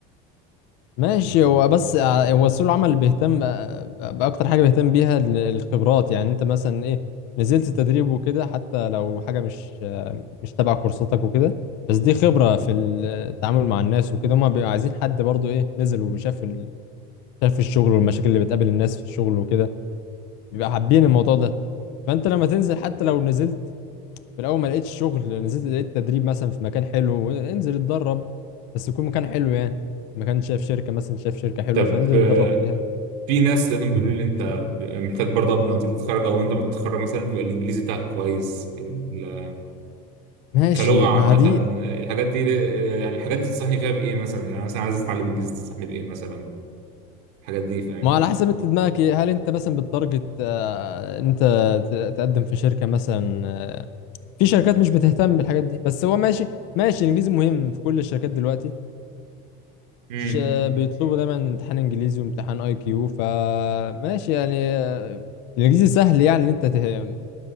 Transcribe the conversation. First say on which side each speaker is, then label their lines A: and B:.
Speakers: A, on the left; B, on the right.
A: ماشي هو بس ع- هو سوق العمل اللي بيهتم آه، باكتر حاجه بيهتم بيها ال- الخبرات يعني انت مثلا ايه نزلت تدريب وكده حتى لو حاجه مش آه، مش تبع كورساتك وكده بس دي خبره في التعامل مع الناس وكده هما بيبقوا عايزين حد برضو ايه نزل وشاف ال- شاف الشغل والمشاكل اللي بتقابل الناس في الشغل وكده بيبقى حابين الموضوع ده فانت لما تنزل حتى لو نزلت في الاول ما لقيتش شغل نزلت لقيت تدريب مثلا في مكان حلو انزل اتدرب بس يكون مكان حلو يعني مكان شايف شركه مثلا شايف شركه حلوه
B: طب
A: فانزل
B: آه،
A: اتدرب فيها
B: في ناس لازم بيقولوا لي انت محتاج برضه قبل ما تيجي تتخرج او انت متخرج مثلا يبقى الانجليزي بتاعك كويس ال-
A: ماشي
B: كلغه عامه
A: ما دي
B: آه، الحاجات دي آه، يعني الحاجات دي تنصحني فيها بايه مثلا يعني مثلا عايز اتعلم انجليزي تنصحني بايه مثلا الحاجات دي فاهمني
A: ما على حسب انت دماغك ايه هل انت مثلا بالتارجت آه، انت ت- تقدم في شركه مثلا آه، في شركات مش بتهتم بالحاجات دي بس هو ماشي ماشي الانجليزي مهم في كل الشركات دلوقتي
B: امم
A: مش آه، بيطلبوا دايما امتحان انجليزي وامتحان اي كيو فماشي يعني آه، الانجليزي سهل يعني ان انت ته...